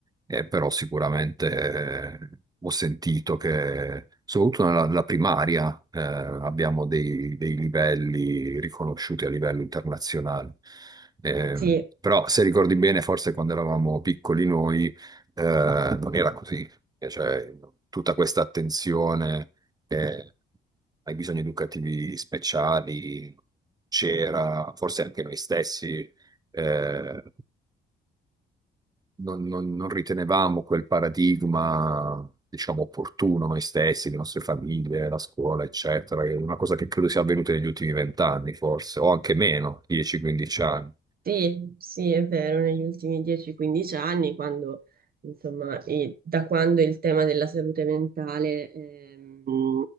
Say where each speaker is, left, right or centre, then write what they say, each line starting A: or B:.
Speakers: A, on the right; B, on the right.
A: eh, però sicuramente eh, ho sentito che, soprattutto nella, nella primaria, eh, abbiamo dei, dei livelli riconosciuti a livello internazionale. Eh,
B: Sì,
A: però se ricordi bene, forse quando eravamo piccoli noi eh, non era così. E cioè tutta questa attenzione eh, ai bisogni educativi speciali c'era, forse anche noi stessi eh, non, non- non ritenevamo quel paradigma, diciamo, opportuno noi stessi, le nostre famiglie, la scuola, eccetera. È una cosa che credo sia avvenuta negli ultimi vent'anni, forse, o anche meno, 10-15 anni.
B: sì, sì, è vero, negli ultimi 10-15 anni, quando, insomma, e da quando il tema della salute mentale ehm,